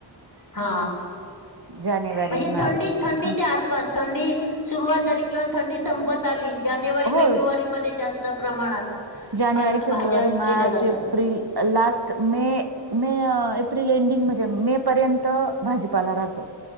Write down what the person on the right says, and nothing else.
जानेवारी
मार्च
एप्रिल
ह
हो
जानेवारी,
फेब्रुवारी,
मार्च,
April, last May. May April ending म्हणजे मे पर्यंत भाजीपाला राहतो.